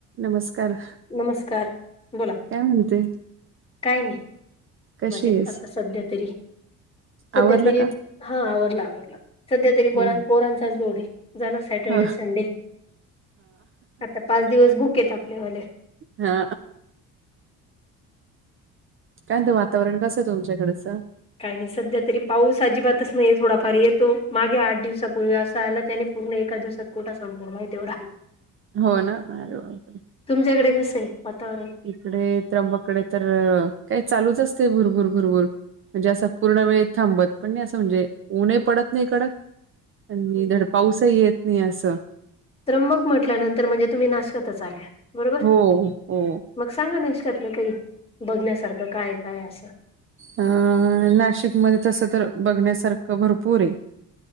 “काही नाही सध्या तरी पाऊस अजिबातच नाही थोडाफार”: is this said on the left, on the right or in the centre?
Left